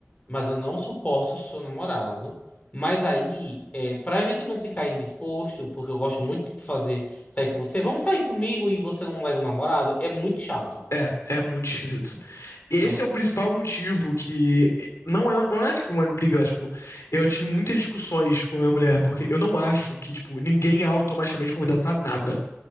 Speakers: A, on the left; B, on the left.
A: mas eu não suporto o seu namorado. Mas aí, é, pra gente não ficar indisposto, porque eu gosto muito de fazer sair com você, vamos sair comigo e você não leva o namorado, é muito chato,
B: é, é muito esquisito. Esse
A: né?
B: é o principal motivo que. Não é, não é tipo uma briga, mas, tipo, eu tive muitas discussões com a minha mulher, porque eu não acho que, tipo, ninguém é automaticamente convidado pra nada.